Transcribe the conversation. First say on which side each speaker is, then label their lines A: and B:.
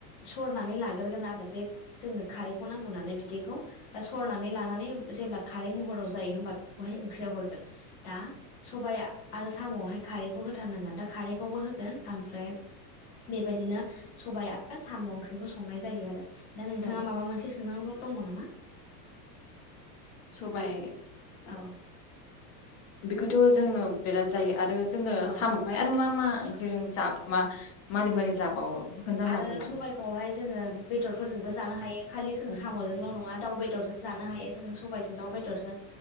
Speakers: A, on the left (about 30°); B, on the left (about 55°).
A: सरनानै लाग्रोगोन आरो। बे जोंनो खारैखौ नांगौ नालाय बिदैखौ। दा सरनानै लानानै जेब्ला खारै महराव जायो होमबा बेखौहाय ओंख्रियाव हरगोन। दा सबाया आरो साम'आवहाय खारैखौ होथारनांगोन। दा खारैखौबो होगोन ओमफ्राय बेबायदिनो सबाइ आरो साम' ओंख्रिखौ संनाय जायो आरो। दा नोंथाङा
B: औ
A: माबा मोनसे सोंनांगौ' दङ नामा?
B: सबाय
A: औ
B: बेखौ थ' जोङो बेराद जायो आरो जोङो
A: औ
B: साम'खौहाय आरो मा मा ओंख्रिजों जबावो आरो मारै मारै जाबावो? बेखौ खोन्थानो
A: आरो
B: हागोन नामा?
A: सबायाइखौहाय जोङो बेदरफोरजोंबो जानो हायो। खालि जों
B: औ
A: साम'जोंल' नङा दाउ बेदरजों जानो हायो जोङो सबायजों दाउ बेदरजों।